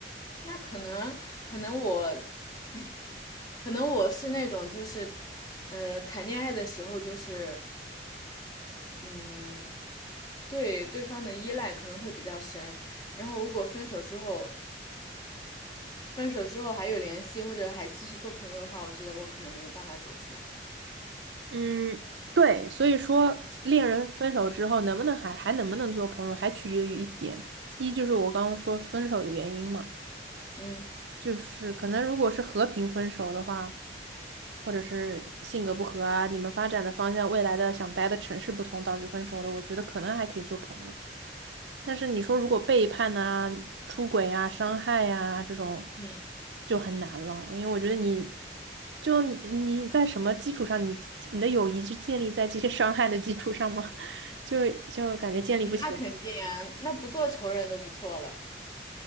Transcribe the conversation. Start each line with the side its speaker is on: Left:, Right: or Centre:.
Left: 那可能可能我 <clears throat> 可能我是那种就是，呃，谈恋爱的时候就是，嗯，对对方的依赖可能会比较深，然后如果分手之后，分手之后还有联系或者还继续做朋友的话，我觉得我可能没有办法走出来。
Right: 嗯，对，所以说恋人分手之后能不能还还能不能做朋友，还取决于一点，第一就是我刚刚说分手的原因嘛，
Left: 嗯
Right: 就是可能如果是和平分手的话。或者是性格不合啊，你们发展的方向、未来的想待的城市不同导致分手的，我觉得可能还可以做朋友。但是你说如果背叛啊、出轨啊、伤害呀这种，
Left: 嗯，
Right: 就很难了，因为我觉得你就你你在什么基础上，你你的友谊是建立在这些伤害的基础上吗？<laughs> 就就感觉建立不起来。
Left: 那肯定啊，那不做仇人都不错了。